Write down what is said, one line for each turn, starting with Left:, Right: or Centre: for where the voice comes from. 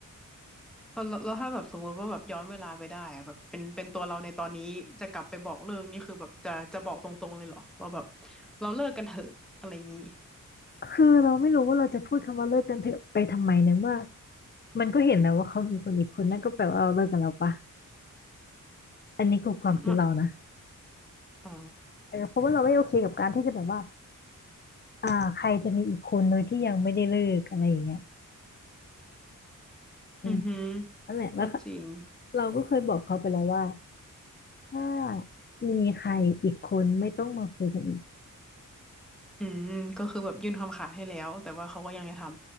Centre: เอาแล้วแล้วถ้าแบบสมมติว่าแบบย้อนเวลาไปได้อะแบบเป็นเป็นตัวเราในตอนนี้จะกลับไปบอกเลิกนี่คือแบบจะจะบอกตรงๆเลยเหรอว่าแบบเราเลิกกันเถอะอะไรอย่างงี้
Left: คือเราไม่รู้ว่าเราจะพูดคำว่าเลิกกันเถอะไปทำไมเนเมื่อมันก็เห็นแล้วว่าเขามีคนอีกคนนั่นก็แปลว่าเราเลิกกันแล้วปะอันนี้คือความคิดเรานะ
Centre: อืมอ๋อ
Left: เออเพราะว่าเราไม่โอเคกับการที่จะแบบว่าอ่าใครจะมีอีกคนโดยที่ยังไม่ได้เลิกอะไรอย่างเงี้ยอืม
Centre: อือหือ
Left: นั่นแหละแล้วก็
Centre: ก็จริง
Left: เราก็เคยบอกเขาไปแล้วว่าถ้ามีใครอีกคนไม่ต้องมาคุยกันอีก
Centre: อืมก็คือแบบยื่นคำขาดให้แล้วแต่ว่าเขาก็ยังจะทำ